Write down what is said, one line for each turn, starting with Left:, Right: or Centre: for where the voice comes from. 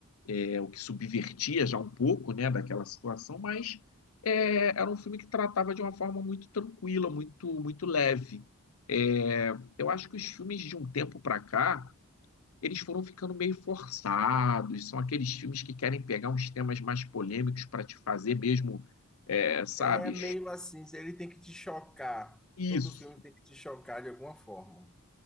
Left: é, o que subvertia já um pouco, né, daquela situação, mas é, era um filme que tratava de uma forma muito tranquila, muito, muito leve. É, eu acho que os filmes de um tempo para cá, eles foram ficando meio forçados, são aqueles filmes que querem pegar uns temas mais polêmicos para te fazer mesmo, é, sabe?
Centre: É meio assim, ele tem que te chocar.
Left: Isso,
Centre: Todo filme tem que te chocar de alguma forma.